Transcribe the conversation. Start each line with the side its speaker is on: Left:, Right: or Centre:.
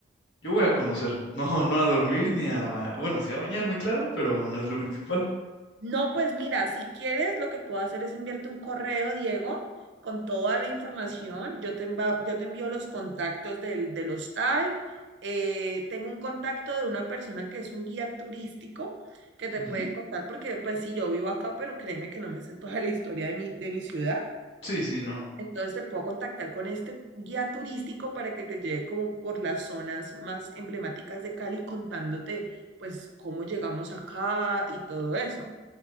Left: Yo voy a conocer, <laughs> no, no a dormir ni a ba- Bueno, sí a bañarme, claro, pero no es lo principal.
Right: No, pues mira, si quieres, lo que puedo hacer es enviarte un correo, Diego, con toda la información. Yo te, enva- yo te envío los contactos del, del hostal. Eh, tengo un contacto de una persona que es un guía turístico que te
Left: Ujú.
Right: puede contar, porque pues sí, yo vivo acá, pero créeme que no me sé toda la historia de mi, de mi ciudad.
Left: Sí, sí, no.
Right: Entonces te puedo contactar con este guía turístico para que te lleve como por las zonas más emblemáticas de Cali contándote pues cómo llegamos acá y todo eso.